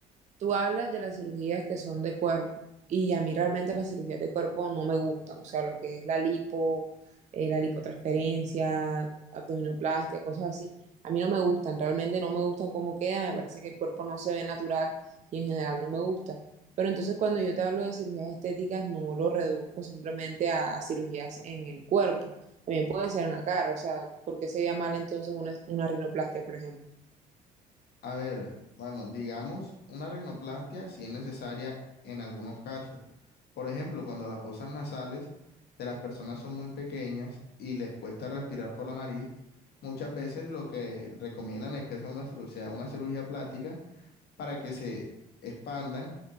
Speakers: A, on the right; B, on the left.
A: Tú hablas de las cirugías que son de cuerpo y a mí realmente las cirugías de cuerpo no me gustan, o sea, lo que es la lipo, eh, la lipotransferencia, abdominoplastia, cosas así. A mí no me gustan, realmente no me gustan cómo queda, me parece que el cuerpo no se ve natural y en general no me gusta. Pero entonces cuando yo te hablo de cirugías estéticas, no lo reduzco simplemente a, a cirugías en el cuerpo, también puede ser en la cara, o sea, ¿por qué sería mal entonces una, una rinoplastia, por ejemplo?
B: a ver, bueno, digamos, una rinoplastia si es necesaria en algunos casos. Por ejemplo, cuando las fosas nasales de las personas son muy pequeñas y les cuesta respirar por la nariz, muchas veces lo que recomiendan es que sea una cirugía, una cirugía plástica para que se expandan